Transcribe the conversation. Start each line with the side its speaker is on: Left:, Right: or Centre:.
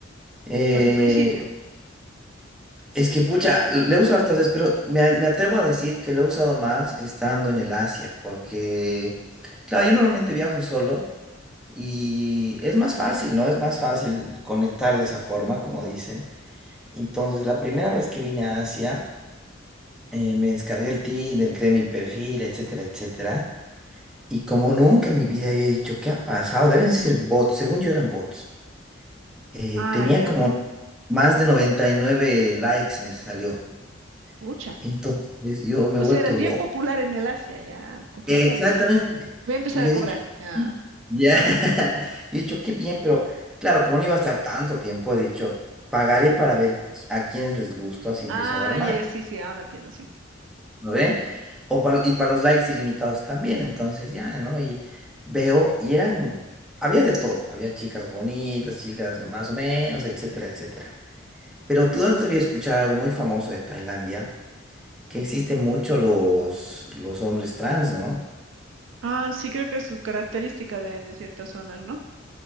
Centre: Eh,
Right: Por el principio.
Centre: Es que, pucha, le uso hartas veces, pero me, a- me atrevo a decir que lo he usado más estando en el Asia, porque, claro, yo normalmente viajo solo y es más fácil, ¿no? Es más fácil conectar de esa forma, como dicen. Entonces, la primera vez que vine a Asia, eh, me descargué el Tinder, creé mi perfil, etcétera, etcétera. Y como nunca en mi vida había dicho, ¿qué ha pasado? Deben ser bots, según yo eran bots. Eh,
Right: Ah,
Centre: tenía
Right: ya.
Centre: como más de 99 likes, me salió.
Right: Pucha.
Centre: Entonces yo me
Right: O
Centre: he vuelto
Right: sea, eres
Centre: loco.
Right: bien popular en el Asia, ya cotizado.
Centre: Exactamente.
Right: Voy a empezar
Centre: Y yo
Right: a cobrar.
Centre: he dicho,
Right: Ya.
Centre: "Sí". ya, <laughs> he dicho, qué bien, pero claro, como no iba a estar tanto tiempo, he dicho, pagaré para ver qui- a quienes les gusta, así empiezo
Right: Ah,
Centre: a dar match,
Right: ya, ya, sí, sí, ahora entiendo, sí.
Centre: ¿no ve? O para, y para los likes ilimitados también, entonces ya, ¿no? Y veo, y eran, había de todo, había chicas bonitas, chicas más o menos, etcétera, etcétera. Pero tú has debido escuchar algo muy famoso de Tailandia, que existen mucho los, los hombres trans, ¿no?
Right: Ah, sí, creo que es su característica de, de ciertas zonas, ¿no?